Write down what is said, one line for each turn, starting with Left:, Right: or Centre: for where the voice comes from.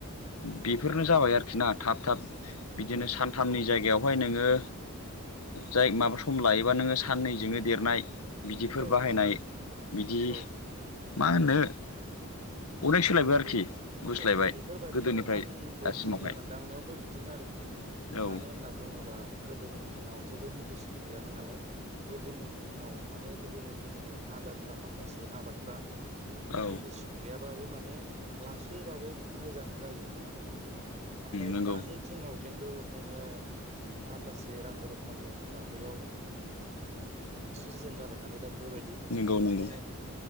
Left: बेफोरनो जाबाय आरोखि ना थाब थाब बिदिनो सानथामनि जायगायाव बेहाय नोङो जाय माबा सम लायोबा नोङो साननैजोंनो देरनाय। बिदिफोर
Right: औ
Left: बाहायनाय
Right: औ
Left: बिदि
Right: औ
Left: मा होनो अनेक सोलायबाय आरोखि।
Right: बे
Left: गुस्लायबाय
Right: औ बेफोरबायदिनि
Left: गोदोनिफ्राय
Right: आंबो
Left: दासिमावहाय
Right: आंनि मोनदांनायावबो बिदिनो आरोखि।
Left: औ
Right: मानो होनना बुङोबा गोदोनि दिनाव जेबो मेडिसिन गैयामोन नालाय गोदोनि दिनाव माने गोदोनि दिननि आदारफ्रा माखासे आबादफ्रा
Left: औ
Right: मेडिसिन गैयाबाबो मा नो लासैबाबो मोजां जायोमोन माने ओमफ्राय
Left: नंगौ
Right: दानि दिनाव खिन्थु नोङो माखासे रां रुफानि माबायाव सिजेन जाबाय नालाय दा बेफोरबायदि
Left: नंगौ
Right: माने
Left: नंगौ